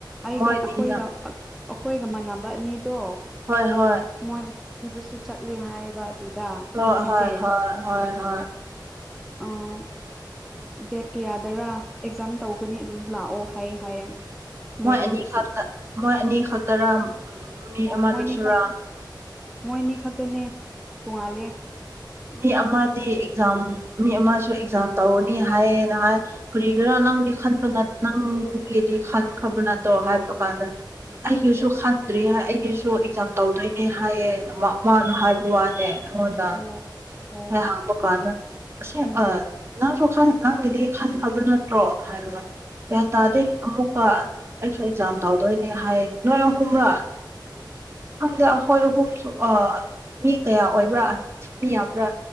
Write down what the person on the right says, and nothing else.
ꯃꯣꯏꯗꯤꯅ
ꯍꯣꯏ ꯍꯣꯏ
ꯍꯣꯏ
ꯍꯣꯏ ꯍꯣꯏ ꯍꯣꯏ ꯍꯣꯏ
ꯃꯣꯏ ꯑꯅꯤꯈꯛꯇ ꯃꯣꯏ ꯑꯅꯤ ꯈꯛꯇꯔꯥ ꯃꯤ
ꯑꯃꯗꯨ
ꯁꯨꯔꯥ
ꯃꯤ ꯑꯃꯗꯤ ꯑꯦꯛꯖꯥꯝ ꯃꯤ ꯑꯃꯁꯨ ꯑꯦꯛꯖꯥꯝ ꯇꯧꯅꯤ ꯍꯥꯏꯌꯦꯅ ꯍꯥꯏ ꯀꯔꯤ ꯈꯔꯥ ꯅꯪꯗꯤ ꯈꯟꯕ ꯅꯪꯒꯤꯗꯤ ꯈꯟꯈ꯭ꯔꯕ ꯅꯠꯇ꯭ꯔꯣ ꯍꯥꯏꯕ ꯀꯥꯟꯗ ꯑꯩꯒꯤꯁꯨ
ꯈꯟꯗ꯭ꯔꯤ ꯍꯥꯏ ꯑꯩꯒꯤꯁꯨ ꯑꯦꯛꯖꯥꯝ ꯇꯧꯗꯣꯏꯅꯦ ꯍꯥꯏꯌꯦ ꯃꯥꯅ ꯍꯥꯏꯕ ꯋꯥꯅꯦ ꯍꯗꯥ
ꯍ ꯍꯥꯎꯕ ꯀꯥꯥꯟꯗ ꯑꯁꯤ
ꯅꯪꯁꯨ ꯅꯪꯒꯤꯗꯤ ꯈꯟ ꯈꯕ ꯅꯠꯇ꯭ꯔꯣ ꯍꯥꯏꯔꯒ ꯒ꯭ꯌꯥꯟ ꯇꯥꯗꯦ ꯑꯃꯨꯛꯀ ꯑꯩꯁꯨ ꯑꯦꯛꯖꯥꯝ ꯇꯧꯗꯣꯏꯅꯦ ꯍꯥꯏꯌꯦ ꯅꯣꯏ ꯑꯍꯨꯝꯂꯥ ꯍꯪꯗꯦ ꯑꯩꯈꯣꯏ ꯑꯍꯨꯝꯁꯨ ꯃꯤ ꯀꯌꯥ ꯑꯣꯏꯕ꯭ꯔꯥ ꯃꯤ ꯌꯥꯝꯕ꯭ꯔꯥ